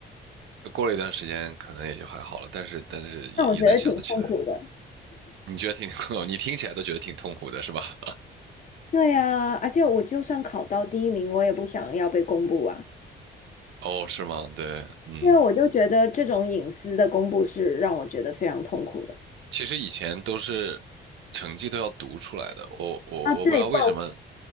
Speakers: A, on the right; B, on the left.
A: 过了一段时间可能也就还好了，但是但是也也能想得起来，
B: 但我觉得挺痛苦的。
A: 你觉得挺，<laughs> 你听起来都觉得挺痛苦的是吧？
B: 对呀，而且我就算考到第一名，我也不想要被公布啊，
A: <laughs> 哦，是吗？对，嗯。
B: 因为我就觉得这种隐私的公布是让我觉得非常痛苦的。
A: 其实以前都是成绩都要读出来的，我我我不知道为什么，
B: 啊，对，报